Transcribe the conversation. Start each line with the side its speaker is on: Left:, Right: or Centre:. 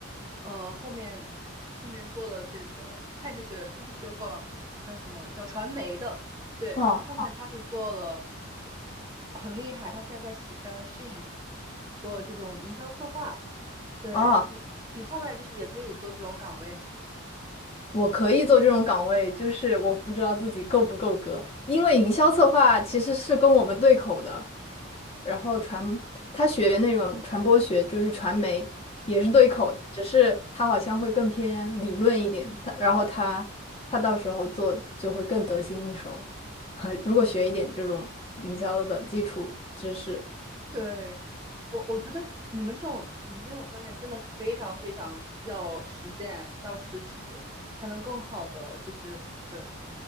Right: 呃后面后面做了这个，他也是学他是学广叫什么叫传媒的，对。
Left: 哦，
Right: 然后后面他是做了很厉害，他现在在西呃 s h 做这种营销策划，对。
Left: 哦，
Right: 你你后面就是也可以做这种岗位
Left: 我可以做这种岗位，就是我不知道自己够不够格，因为营销策划其实是跟我们对口的，然后传，他学那种传播学，就是传媒，也是对口的只是他好像会更偏理论一点，
Right: 嗯。
Left: 他然后他他到时候做就会更得心应手，<laughs> 如果学一点这种营销的基础知识。
Right: 对，我我觉得你们这种你们这种专业真的非常非常要实践，要实习，才能更好的就是对